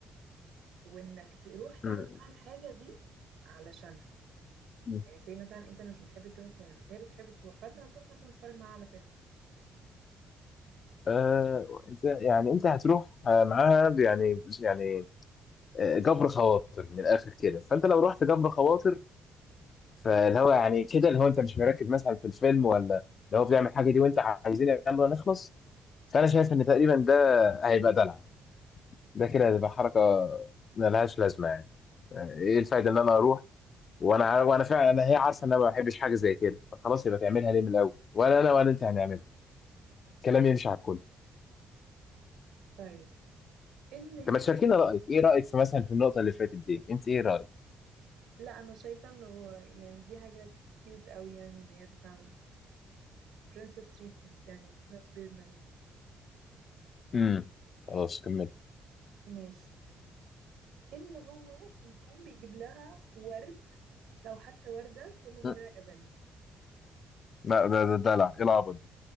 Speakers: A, on the right (about 85°); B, on the left (about 50°).
A: وانك تروح تعمل
B: مم.
A: معاها الحاجة دي علشانها
B: مم.
A: يعني زي مثلا انت مش بتحب تروح السينما بس هي بتحب تروح فانت هتروح مثلا تتفرج معاها على فيلم
B: آه، انت يعني انت هتروح آه، معاها يعني يعني آه، جبر خواطر من الاخر كده فانت لو رحت جبر خواطر فاللي هو يعني كده اللي هو انت مش مركز مثلا في الفيلم ولا اللي هو بيعمل حاجه دي وانت عايزين يلا نخلص فانا شايف ان تقريبا ده هيبقى دلع ده كده هتبقى حركة ملهاش لازمة يعني آه، ايه الفايدة ان انا اروح وانا عارف وانا فعلا انا هي عارفة ان انا ما بحبش حاجة زي كده فخلاص يبقى تعملها ليه من الاول ولا انا ولا انت هنعملها الكلام يمشي على الكل
A: طيب ان هي
B: انت ما تشاركينا رأيك ايه رأيك في مثلا في النقطة اللي فاتت دي انت ايه رأيك
A: لا انا شايفه انه هو يعني دي حاجه كيوت قوي يعني ان هي تتعمل princess treatment يعني it's not bare minimum
B: امم خلاص كمل
A: ماشي ان هو يكون بيجيب لها ورد لو حتى وردة كل
B: مم.
A: مرة يقابلها
B: لا ده ده دلع ايه العبط ده